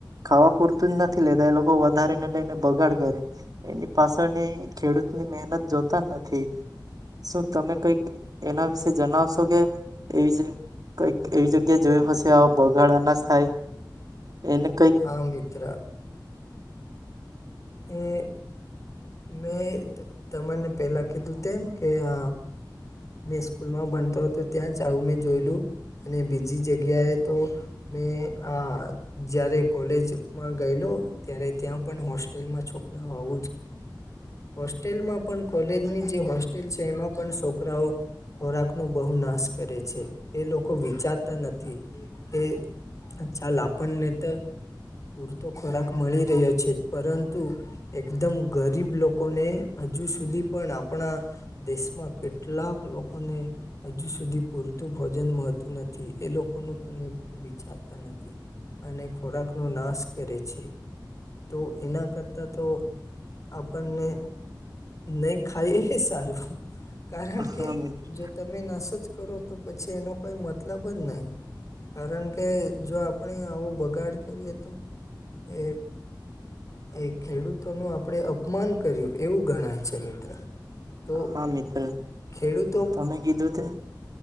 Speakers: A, on the right; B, on the left.
A: ખાવા પૂરતું જ નથી લેતા એ લોકો વધારે ને લઈને બગાડ કરે. એની પાછળની ખેડૂત ની મહેનત જોતા જ નથી. શું તમે કઈક એના વિશે જણાવ. ો કે એવી જ કઈક એવી જગ્યાએ જોયું હશે બગાડા ના થાય. એને કોઈ.
B: આ મિિત્ર. એ <unintelligible> મેં તમાને પેલા કીધું તેમ કે આ. મેં સ્કૂલમાં ભણતો હતો ત્યાં જ આવું મેં જોયેલું અને બીજી જગ્યાએ તો. મે હા. જયારે કોલેજમાં ગયેલો ત્યારે ત્યાં પણ હોસ્ટેલમાં છોકરા આવું જ. હોસ્ટેલમાં પણ કોલેજની જે હોસ્ટેલ છે એમાં પણ છોકરાઓ. ખોરાકનોો બહુ નાશ કરે છે એ લોકો વિચારતા નથી એ. ચાલ આપણને તો પૂરતો ખોરાક મળી રહ્યો છે પરંતુ. એકદમ ગરીબ લોકોને હજુ સુધી પણ આપણા. દેશમાં કેટલાક લોકોને. હજુ સુધી પૂરતું ભોજન મળતું નથી એ લોકો ન પણ એ લોકો વિચારતા નથી. અને ખોરાક નો નાશ કરે છે. તો એના કરતા તો આપણને. નહી ખાઈ એ સારું કારણ
A: હા
B: કે.
A: મિત્ર
B: જો તમે નાશ જ કરો તો પછી એનો કોઈ મતલબ જ નહીિ. કારણ કે જો આપણે આવો બગાડ કરીએ તો એ. એ ખેડૂતોનું આપણેે અપમાન કર્યું એવું ગણાય છે મિત્ર. તો
A: હા મિત્ર,
B: ખેડૂત.
A: તમે કીધું તે